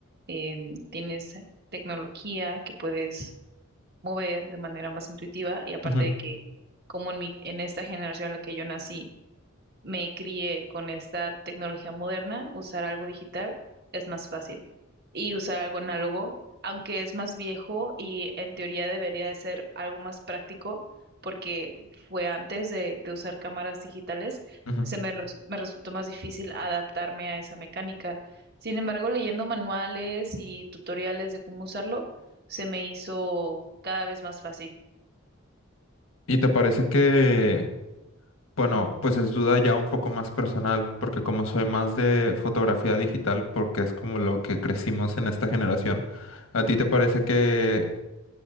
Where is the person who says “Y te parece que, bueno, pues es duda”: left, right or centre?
Left